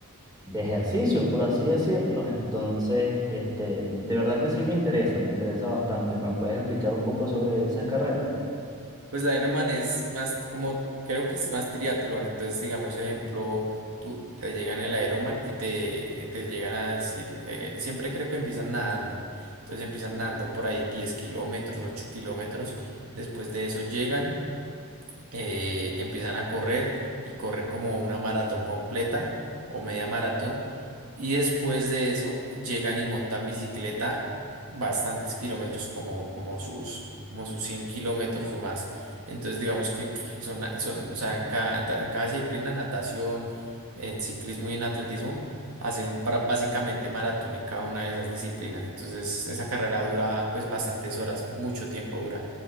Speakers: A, on the right; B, on the right.
A: de ejercicios, por así decirlos. Entonces, este, de verdad que sí me interesa, me interesa bastante. ¿Me puedes explicar un poco sobre esas carreras?
B: Pues la Ironman es más como, creo que es más triatlón, entonces digamos, ejemplo, tú te llegan el Ironman y te, te llegan a decir, eh, siempre creo que empiezan nadando, entonces empiezan nadando por ahí 10 kilómetros, 8 kilómetros, después de eso llegan eh, empiezan a correr y corren como una maratón completa o media maratón y después de eso llegan y montan bicicleta bastantes kilómetros como, como sus, como sus 100 kilómetros o más. Entonces digamos que pf, son, son, o sea, en cada, en cada disciplina, natación, en ciclismo y en atletismo, hacen pra- básicamente maratón en cada una de esas disciplinas. Entonces esa carrera dura pues bastantes horas, mucho tiempo dura